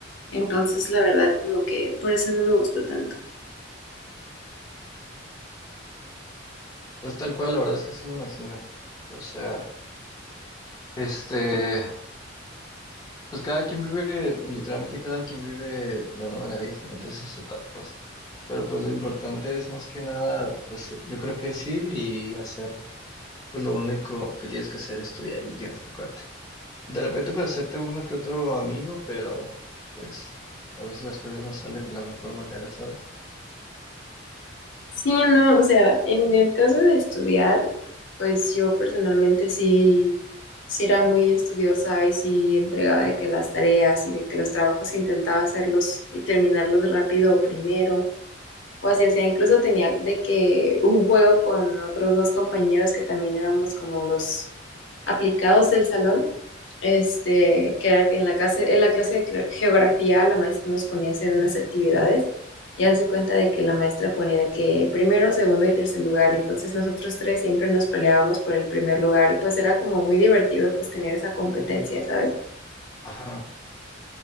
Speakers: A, on the left; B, on the left.
A: Entonces, la verdad, como que por eso no me gustó tanto.
B: pues tal cual, la verdad es que sí me imagino. O sea, este, Pues cada quien vive, literalmente cada quien vive de una manera diferente esas etapas. Pero pues lo importante es más que nada, pues eh, yo creo que es ir y hacer, pues lo único que tienes que hacer es estudiar y enfocarte. De repente puedes hacerte uno que otro amigo, pero pues a veces las cosas no salen de la mejor manera, ¿sabes?
A: Sí, no, o sea, en el caso de estudiar, pues yo personalmente sí, sí era muy estudiosa y sí entregaba de que las tareas y de que los trabajos intentaba hacerlos y terminarlos rápido primero. O así, o sea, incluso tenía de que un juego con otros dos compañeros que también éramos como los aplicados del salón, este, que era que en la clase, en la clase de cre- geografía la maestra nos ponía a hacer unas actividades y hace cuenta de que la maestra ponía de que primero, segundo y tercer lugar, entonces nosotros tres siempre nos peleábamos por el primer lugar y pues era como muy divertido pues tener esa competencia, ¿sabes?
B: Ajá.